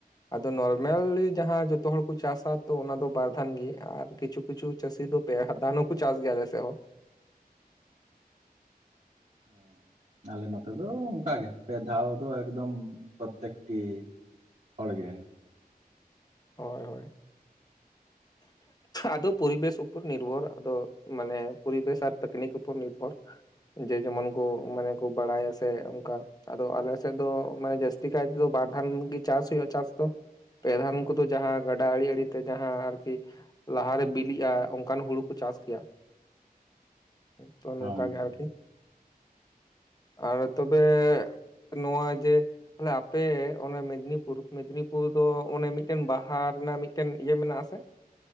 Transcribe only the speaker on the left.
ᱟᱫᱚ ᱱᱚᱨᱢᱟᱞᱤ ᱡᱟᱦᱟᱸ ᱡᱚᱛᱚ ᱦᱚᱲ ᱠᱚ ᱪᱟᱥᱟ ᱛᱚ ᱚᱱᱟᱫᱚ ᱵᱟᱨᱫᱷᱟᱱ ᱜᱮ ᱟᱨ ᱠᱤᱪᱷᱩ ᱠᱤᱪᱷᱩ ᱪᱟᱹᱥᱤ ᱫᱚ ᱯᱮ ᱫᱟᱱ ᱦᱚᱸᱠᱚ ᱪᱟᱥ ᱜᱮᱭᱟ ᱟᱞᱮ ᱥᱮ ᱦᱚᱸ
ᱦᱳᱭ ᱦᱳᱭ ᱟᱫᱚ ᱯᱚᱨᱤᱵᱮᱥ ᱩᱯᱚᱨ ᱱᱤᱨᱵᱷᱚᱨ ᱟᱫᱚ ᱢᱟᱱᱮ ᱯᱚᱨᱵᱮᱥ ᱟᱨ ᱴᱮᱠᱱᱤᱠ ᱩᱯᱚᱨ ᱱᱤᱨᱵᱷᱚᱨ ᱡᱮ ᱡᱮᱢᱚᱱ ᱠᱚ ᱢᱟᱱᱮ ᱠᱚ ᱵᱟᱲᱟᱭᱟ ᱥᱮ ᱚᱱᱠᱟ ᱟᱫᱚ ᱟᱞᱮ ᱥᱮᱫ ᱫᱚ ᱢᱟᱱᱮ ᱡᱟᱹᱥᱛᱤ ᱠᱟᱭ ᱛᱮᱫᱚ ᱵᱟᱨ ᱫᱷᱟᱣ ᱜᱮ ᱪᱟᱥ ᱦᱩᱭᱩᱜᱼᱟ ᱪᱟᱥ ᱫᱚ ᱯᱮ ᱫᱷᱟᱱ ᱠᱚᱫᱚ ᱡᱟᱦᱟᱸ ᱜᱟᱰᱟ ᱟᱲᱮ ᱟᱲᱮ ᱛᱮ ᱡᱟᱦᱟᱸ ᱟᱨᱠᱤ ᱞᱟᱦᱟᱨᱮ ᱵᱤᱞᱤᱜᱼᱟ ᱚᱱᱠᱟᱱ ᱦᱩᱲᱩ ᱠᱚ ᱪᱟᱥ ᱜᱮᱭᱟ ᱛᱚ ᱱᱚᱝᱠᱟ
ᱜᱮ ᱟᱨᱠᱤ
ᱟᱨ ᱛᱚᱵᱮ ᱱᱚᱣᱟ ᱡᱮ ᱛᱟᱦᱚᱞᱮ ᱟᱯᱮ ᱚᱱᱮ ᱢᱮᱫᱽᱱᱤᱯᱩᱨ ᱢᱮᱫᱽᱱᱤᱯᱩᱨ ᱫᱚ ᱚᱱᱮ ᱢᱤᱫᱴᱮᱱ ᱵᱟᱦᱟ ᱨᱮᱱᱟᱜ ᱢᱤᱫᱴᱮᱱ ᱤᱭᱟᱹ ᱢᱮᱱᱟᱜ ᱟᱥᱮ